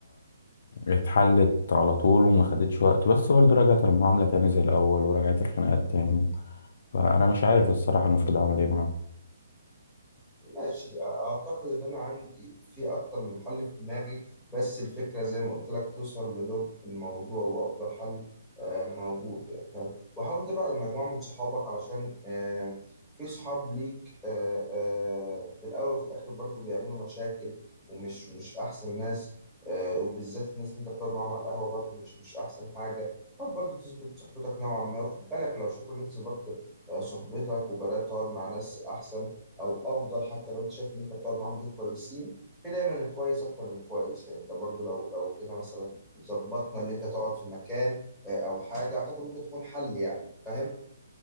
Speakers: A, on the left; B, in the centre.
A: اتحلت على طول وما خدتش وقت بس برضه رجعت المعاملة تاني زي الأول ورجعت الخناقات تاني فأنا مش عارف الصراحة المفروض أعمل إيه معاهم
B: ماشي اعتقد ان انا عندي في اكتر من حل في دماغي بس الفكره زي ما قلت لك توصل للب الموضوع وافضل حل آه، موجود يعني فاهم وحاول تبعد مجموعه من صحابك علشان آه، في صحاب ليك آه، آه، في الاول وفي الاخر برضو بيعملوا مشاكل ومش مش احسن ناس آه، وبالذات الناس اللي انت بتقعد معاهم على القهوه برضو مش مش احسن حاجه حاول برضو تظبط صحبتك نوعا ما وخد بالك لو شافوا ان انت ظبطت آه، صحبتك وبدات تقعد مع ناس احسن او افضل حتى لو انت شايف ان انت بتقعد معاهم دول كويسين في دايما الكويس اكتر من الكويس يعني انت برضو لو لو جينا مثلا ظبطنا اللي انت تقعد في مكان آه، او حاجه اعتقد ممكن تكون حل يعني فاهم